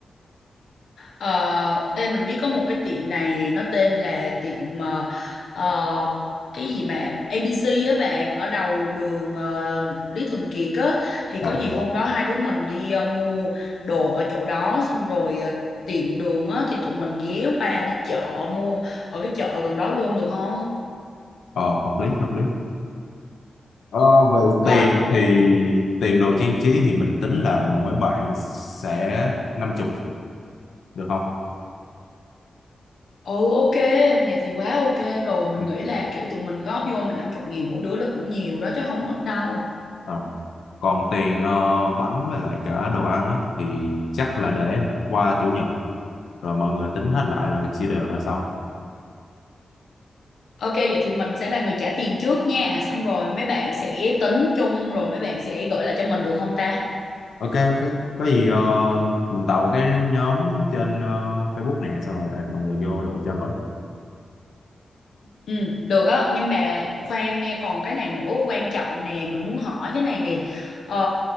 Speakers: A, on the left (about 70°); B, on the left (about 85°).
A: Ờ ê mình biết có một cái tiệm này nó tên là tiệm ờ, ờ, cái gì mà ABC á bạn ở đầu đường ờ, Lý Thường Kiệt á thì
B: ờ
A: có gì hôm đó hai đứa mình đi ờ, mua đồ ở chỗ đó xong rồi ờ, tiện đường á thì tụi mình ghé qua đi chợ mua ở cái chợ gần đó luôn được không?
B: ờ hợp lý hợp lý ờ về
A: Rồi
B: tiền thì tiền đồ trang trí thì mình tính là mỗi bạn sẽ năm chục được không
A: Ừ ok, vậy thì quá ok rồi Mình
B: ừ.
A: nghĩ là kiểu tụi mình góp vô mình năm chục nghìn mỗi đứa là cũng nhiều đó chứ không ít đâu
B: ờ. còn tiền ờ, bánh với lại cả đồ ăn á thì chắc là để qua chủ nhật rồi mọi người tính hết lại rồi chia đều ra sau
A: Ok vậy thì mình sẽ là người trả tiền trước nha Xong rồi mấy bạn sẽ tính chung Rồi mấy bạn sẽ gửi lại cho mình được không ta
B: ok ok có gì ờ, mình tạo một cái nhóm trên ờ, Facebook nè xong rồi add mọi người vô rồi trao đổi
A: Ừ được á Nhưng mà khoan nha còn cái này nữa quan trọng nè Mình muốn hỏi cái này nè ờ,